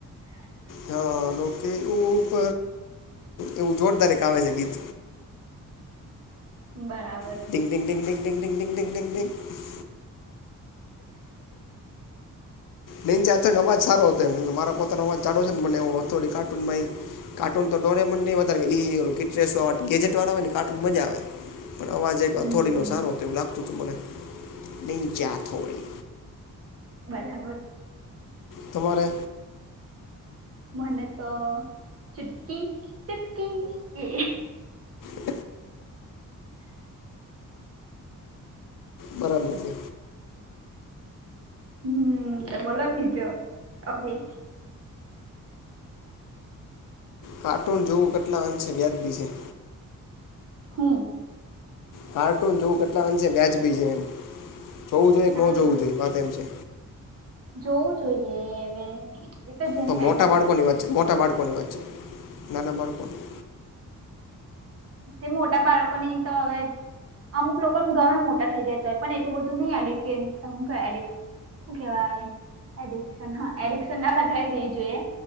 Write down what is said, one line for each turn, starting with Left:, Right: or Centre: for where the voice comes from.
Left: હા એું ઉપ એવું જોરદાર ગ આવેે છે ગીત.
Right: બરાબર.
Left: <unintelligible> બેન જા તા અવાજ સારો હતો મારા પોતાનો અવાજ જાડો છેને ઓથોડી કા કાર્ટૂન તો ડોરે મોન વધારે ગેજે વાળા આવે ને કાર્ટૂન મજા આવે પણ અવાજ એક
Right: હમ
Left: અથોડીનો સારો તો એવું લાગતું હતું મને નહીં ક્યાંથોડી.
Right: બરાબર.
Left: તમારે.
Right: મને તો ચુટકી ચટકી એ.
Left: હમ. બરાબર છે.
Right: હમ તો બોલો બીજો ભાઈ.
Left: કાર્ટૂન જોવું કેટલા અંશે વ્યાજબી છે.
Right: હો.
Left: કાર્ટૂન જોવું કેટલા અંશે વ્યાજબી છે એમ જોવું જોઈએ કે ન
Right: આ
Left: જોવું જોઈએ વાત એમ છે.
Right: જોવું જોઈએ એ હવે. એ જેની
Left: તો મોટા
Right: મેન્ટાલિટી
Left: બાળકોની વચ્ચે, મોટા બાળકોની વચ્ચે, નાના બાળકો નહીં.
Right: તે મોટા બાળકોની તો હવે અમુક લોકોને ગમે મોટા થઇ જાય તોય પણ એટલું બધું નહી આલીત કે આ હું કેવાય <unintelligible> હુ કેવાય, એડિકશન. હા એડિક્શન ના લગાઈ દેવી જોઈએ.